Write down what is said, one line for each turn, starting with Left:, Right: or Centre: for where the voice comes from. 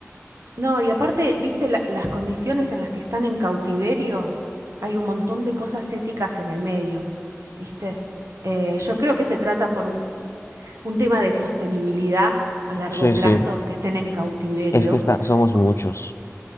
Right: no, y aparte, viste la- las condiciones en las que están en cautiverio, hay un montón de cosas éticas en el medio, viste. Eh, yo creo que se trata por un, un tema de sostenibilidad a largo
Left: Sí,
Right: plazo,
Left: sí.
Right: que estén en cautiverio.
Left: Es que está, somos
Right: Co-
Left: muchos.